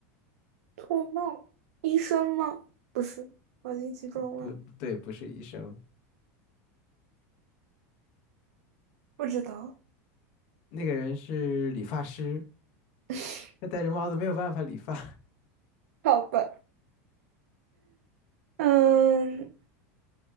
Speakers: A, on the right (about 75°); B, on the left (about 50°).
A: 脱帽，医生吗？不是，脑筋急转弯，
B: 不，不对，不是医生，
A: 不知道。
B: 那个人是理发师。
A: <laughs>
B: 他戴着帽子没有办法理发，
A: 好吧，嗯